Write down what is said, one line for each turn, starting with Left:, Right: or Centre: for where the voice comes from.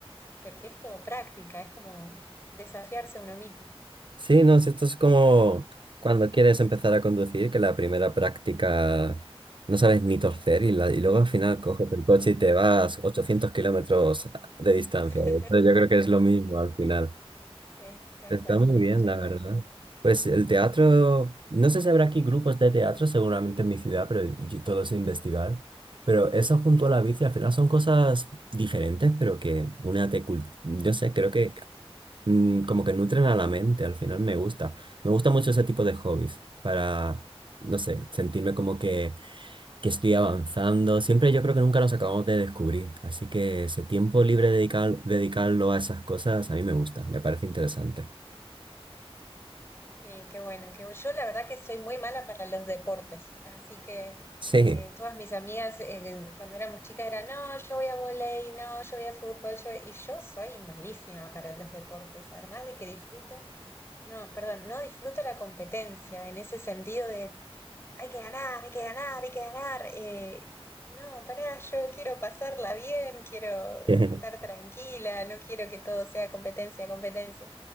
Left: porque es todo práctica, es como desafiarse a uno mismo.
Right: Sí, no, si esto es como cuando quieres empezar a conducir, que la primera práctica no sabes ni torcer y, la- y luego al final coges el coche y te vas 800 kilómetros de distancia.
Left: <laughs>
Right: Entonces, yo creo que es lo mismo al final.
Left: Sí, tal
Right: Está
Left: cual,
Right: muy bien,
Left: tal
Right: la verdad.
Left: cual.
Right: Pues el teatro, no sé si habrá aquí grupos de teatro, seguramente en mi ciudad, pero yo- todo es investigar. Pero eso junto a la bici al final son cosas diferentes, pero que una te... cul- No sé, creo que mm, como que nutren a la mente, al final me gusta. Me gusta mucho ese tipo de hobbies para, no sé, sentirme como que, que estoy avanzando. Siempre yo creo que nunca nos acabamos de descubrir, así que ese tiempo libre dedicar, dedicarlo a esas cosas a mí me gusta, me parece interesante.
Left: Sí, qué bueno, qué bu- Yo la verdad que soy muy mala para los deportes, así que
Right: Sí.
Left: eh, todas mis amigas eh, cuando éramos chicas eran, no, yo voy a volei, no, yo voy a fútbol, yo voy-". y yo soy malísima para los deportes, además de que disfruto, no, perdón, no disfruto la competencia en ese sentido de hay que ganar, hay que ganar, hay que ganar. eh, no, pará, yo quiero pasarla bien, quiero
Right: <laughs>
Left: estar tranquila, no quiero que todo sea competencia, competencia.